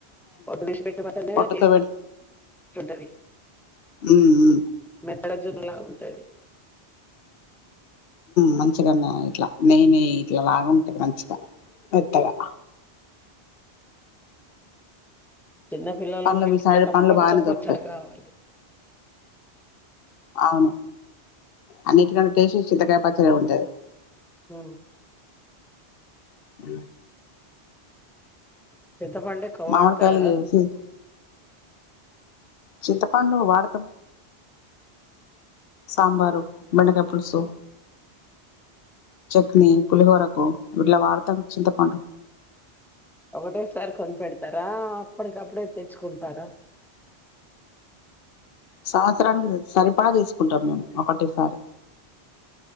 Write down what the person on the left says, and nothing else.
పొట్టుతో
ఉ ఉ
మంచిగా ఇట్లా నెయ నెయ్యి ఇట్లా లాగా ఉంటది మంచిగా పెత్తగా
పండ్లు
మీ సైడ్
పండ్లు బాగానే
దొరుకుతాయి
అవును అన్నిటికన్నా టేస్ట్ చింతకాయ పచ్చడి ఉంటది
అ
మామిడికాయలు
చేసి చింతపండు వాడతాం సాంబారు బెండకాయ పులుసు చట్నీ పులిహోరకు ఇట్లా వాడతాం చింతపండు
సంవత్సరానికి సరిపా తీసుకుంటాం మేము ఒకటెసారి